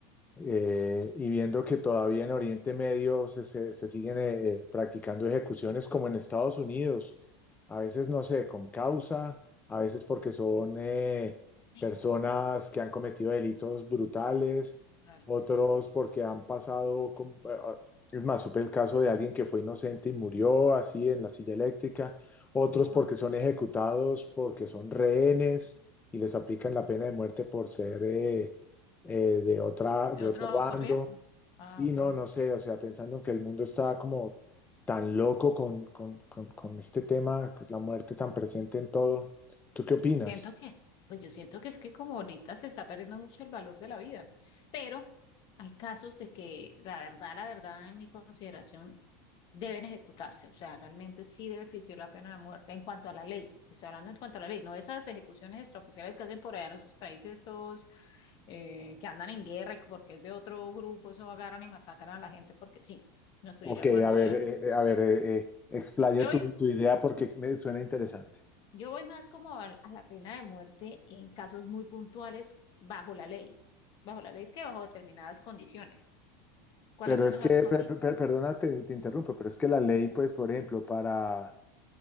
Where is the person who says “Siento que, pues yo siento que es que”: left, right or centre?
Left